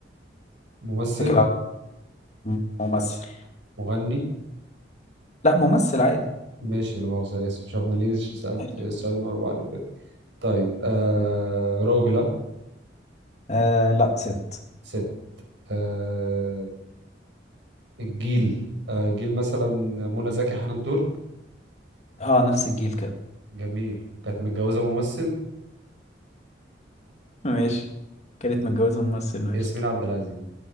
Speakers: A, on the right; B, on the left.
A: ممثل
B: اتكل على الله. ممثل
A: مغني
B: لا ممثل عادي
A: ماشي لا مؤاخذة أنا آسف مش عارف أنا ليه سألت
B: ماشي.
A: السؤالين ورا بعض كده طيب آه راجلة
B: آه لا ست
A: ست آه الجيل آه جيل مثلا منى زكي حنان ترك
B: اه نفس الجيل كده
A: جميل كانت متجوزة ممثل
B: ماشي كانت متجوزة ممثل ماشي
A: ياسمين عبد العزيز